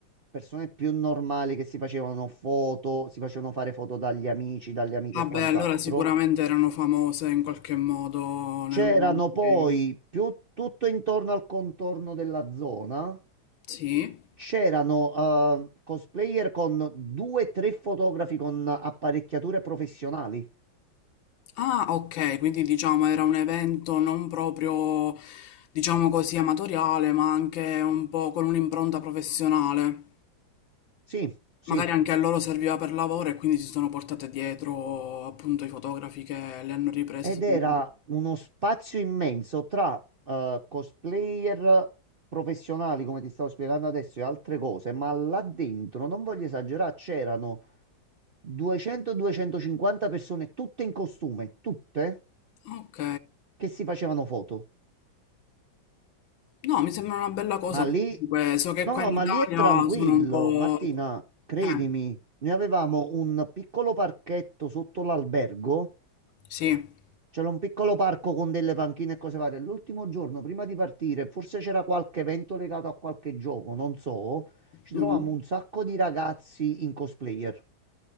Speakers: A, on the right (about 70°); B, on the left (about 80°).
A: persone più normali che si facevano foto, si facevano fare foto dagli amici, dalle amiche
B: Vabbè,
A: e quant'altro.
B: allora sicuramente erano famose in qualche modo
A: C'erano
B: nel mondo del
A: poi
B: gaming.
A: più tutto intorno al contorno della zona,
B: Sì.
A: c'erano, eh, cosplayer con due, o tre fotografi con apparecchiature professionali.
B: Ah, ok, quindi diciamo era un evento non proprio, diciamo così, amatoriale, ma anche un po' con un'impronta professionale.
A: Sì, sì.
B: Magari anche a loro serviva per lavoro e quindi si sono portate dietro appunto i fotografi che le hanno riprese.
A: Ed
B: sicuramente.
A: era uno spazio immenso tra eh, cosplayer professionali, come ti stavo spiegando adesso, e altre cose, ma là dentro, non voglio esagerare, c'erano 200-250 persone, tutte in costume, tutte,
B: Ok,
A: che si facevano foto.
B: no, mi sembra una bella cosa
A: Ma lì,
B: comunque, so che
A: no,
B: qua in
A: ma
B: Italia
A: lì è tranquillo,
B: sono un po'...
A: Martina, credimi,
B: Eh,
A: noi avevamo un piccolo parchetto sotto l'albergo
B: sì.
A: C'era un piccolo parco con delle panchine e cose varie. L'ultimo giorno, prima di partire, forse c'era qualche evento legato a qualche gioco, non so, ci
B: Mhm.
A: trovammo un sacco di ragazzi in cosplayer.